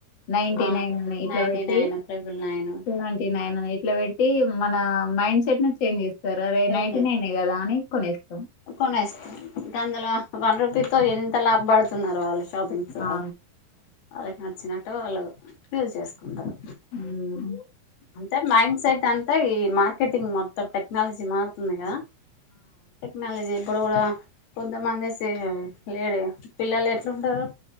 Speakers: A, on the left; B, on the left.
A: నైన్టీ
B: ఆ
A: నైన్ అని ఇట్లా
B: నైన్టీ
A: పెట్టి
B: nine triple nine
A: seventy nine అని ఇట్లా పెట్టి మన మైండ్ సెట్ ను చేంజ్ చేస్తారు అదే
B: చేంజ్
A: నైట్ ననే కదా అని కొనేస్త
B: కొనేస్తారు అందులో వన్ రూపీతో ఎంత లాభ పడుతు న్నారు వాళ్ళు షాపింగ్స్ వాళ్ళు
A: ఆ
B: వాళ్ళకి నచ్చినట్టు వాళ్ళు ఫల్ చేసుకుంటారు
A: ఉమ్
B: అంటే మైండ్ సెట్ అంటే ఈ మార్కెటింగ్ మొత్తం టెక్నాలజీ మారుతుంది కదా టెక్నాలజీ ఇప్పుడు కూడా కొంతమందిసి లేడ పిల్లలు ఎట్లుంటారు